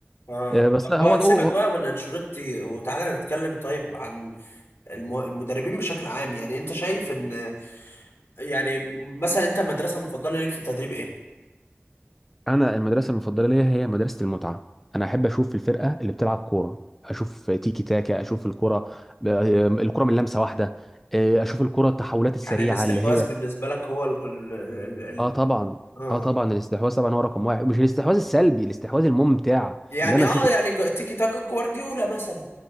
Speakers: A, on the left; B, in the centre.
A: آه.
B: آه، بس
A: طب
B: هو
A: ما
B: هو-
A: تسيبك بقى من انشيلوتي وتعالى نتكلم طيب عن الم- المدربين بشكل عام يعني انت شايف ان يعني مثلا انت المدرسة المفضلة ليك في التدريب ايه؟
B: انا المدرسه المفضله ليا هي مدرسه المتعه انا احب اشوف الفرقه اللي بتلعب كوره اشوف تيكي تاكا اشوف الكره ب- آه، الكره من لمسه واحده آه، اشوف الكره التحولات السريعه
A: يعني الاستحواذ
B: اللي هي
A: بالنسبة لك هو ال ال ال ال
B: اه طبعا
A: اه
B: اه طبعا الاستحواذ طبعا هو رقم واحد مش الاستحواذ السلبي الاستحواذ الممتع
A: يعني
B: اللي انا
A: اه
B: اشوف
A: يعني جو- تيكي تاكا جوارديولا مثلا